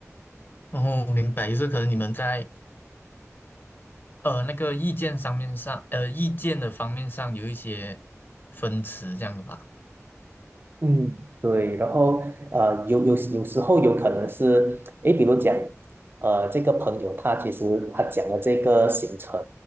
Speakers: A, on the left; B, on the right.
A: 哦，明白，就是可能你们在呃，那个意见上面上，呃，意见的方面上有一些分歧，这样的吧。
B: 嗯，对，然后呃，有有有时候有可能是，诶，比如讲，呃，这个朋友他其实他讲的这个行程，